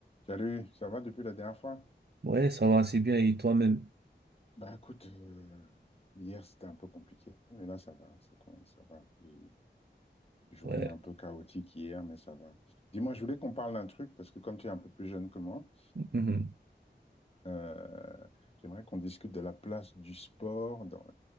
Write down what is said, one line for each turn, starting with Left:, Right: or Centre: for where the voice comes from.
Left: Salut, ça va depuis la dernière fois?
Right: Ouais, ça va assez bien et toi-même.
Left: Bah écoute, euh, hier c'était un peu compliqué, mais là ça va, ça, con- ça va. J'ai une Journée
Right: Ouais.
Left: un peu chaotique hier, mais ça va. Dis-moi, je voulais qu'on parle d'un truc, parce que comme tu es un peu plus jeune que moi,
Right: Mhm.
Left: euh, j'aimerais qu'on discute de la place du sport dans,